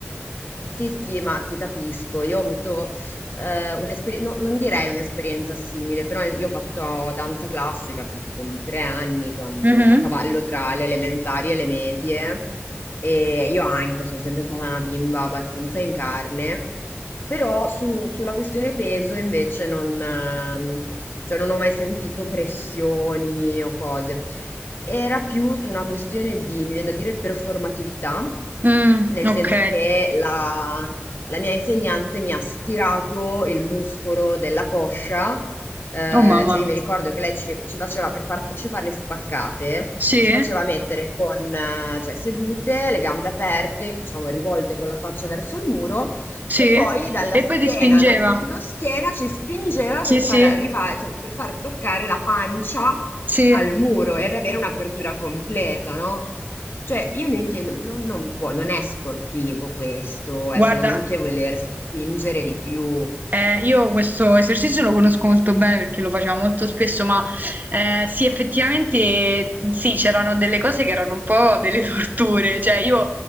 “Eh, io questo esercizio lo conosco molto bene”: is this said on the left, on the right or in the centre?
Right